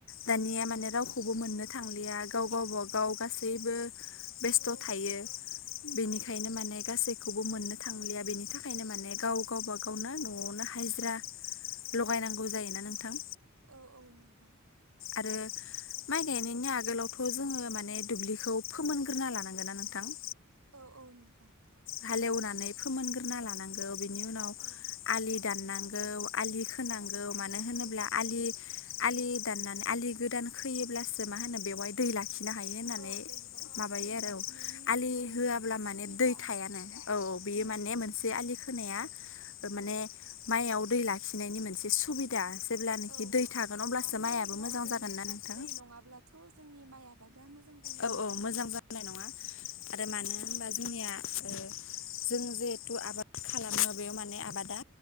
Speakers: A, on the left; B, on the right.
A: दानिया
B: औ
A: माने रावखौबो मोननो थांलिया गाव गावब गाव गासैबो बेस्थ'
B: औ
A: थायो बेनिखायनो
B: औ
A: माने गासै बे खौबो मोननो थांलिया बेनि थाखायनो माने गाव गावब गावनो न'आवनो हाजिरा लगायनांगौ जायोना नोंथां
B: औ औ नोंथां
A: आरो माइ गायनायनि आगोलावथ' जोङो माने दुब्लिखौ फोमोनग्रोना लानांगोन ना नोंथां
B: औ औ नोंथां
A: हालेवनानै फोमोनग्रोना लानांगौ बिनि उनाव
B: औ
A: आलि दाननांगौ आलि खोनांगौ
B: दाननांगौ
A: मानो होनोब्ला
B: औ
A: आलि आलि दाननानै आलि गोदान खोयोब्लासो मा होनो बेवहाय दै लाखि िनो हायो होननानै
B: औ दै लाखि
A: माबायो
B: दै
A: आरो
B: लाखिनायनि
A: औ आलि
B: औ
A: होआब्ला माने
B: सुबिदा
A: दै थ औ औ बेयो
B: उम
A: माने मोनसे आ खोनाया माने
B: औ
A: म दै लाखिनायनि मोनसे सुबिदा जेब्लानोखि
B: औ
A: दै
B: औ
A: थागोन अब्लासो
B: मानो
A: माइयाबो
B: होनोब्ला
A: मोजां
B: जों
A: जागोन ना नोंथां
B: दै नङाब्लाथ' जोंनि माइ आबाद दा मोजां जानाय
A: औ
B: नङा
A: औ
B: होनब्ला
A: मोजां जानाय नङा आरो मानो
B: औ
A: होनबा जोंनिया आरो जों जिहेथु आबाद खालामो बेयाव माने आबादा